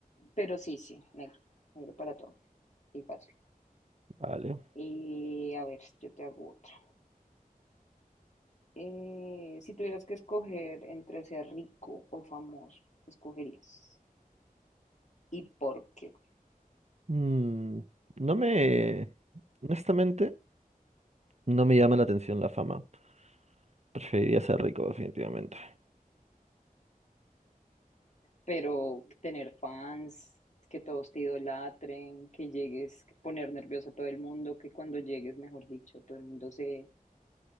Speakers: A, on the left; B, on the right.
A: Pero sí, sí, negro, negro para todo y fácil.
B: Vale.
A: Y a ver, yo te hago otra. Eh, si tuvieras que escoger entre ser rico o famoso, ¿qué escogerías? ¿Y por qué?
B: Mm, no me... Honestamente, no me llama la atención la fama. Preferiría ser rico, definitivamente.
A: Pero tener fans, que todos te idolatren, que llegues, poner nervioso a todo el mundo, que cuando llegues, mejor dicho, todo el mundo se,